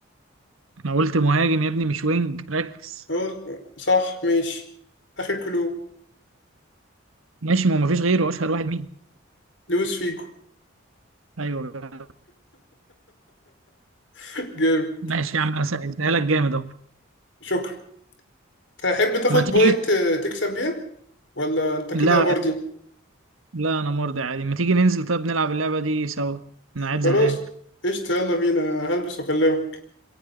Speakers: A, on the right (about 90°); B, on the left (about 60°).
A: انا قلت مهاجم يا ابني مش وينج ركز
B: اه صح ماشي آخر كلو
A: ماشي ما هو مفيش غيره اشهر واحد مين
B: لويس فيجو
A: ايوه جدع.
B: <laughs> جيم
A: ماشي يا عم انا سهلتها لك جامد اهو
B: شكرا تحب تاخد
A: ما تيجي
B: بوينت تكسب بيها ولا انت كده
A: لا
B: مرضي
A: لا انا مرضي عادي ما تيجي ننزل طيب نلعب اللعبة دي سوا انا قاعد
B: خلاص
A: زهقان
B: قشطة يلا بينا أنا هلبس واكلمك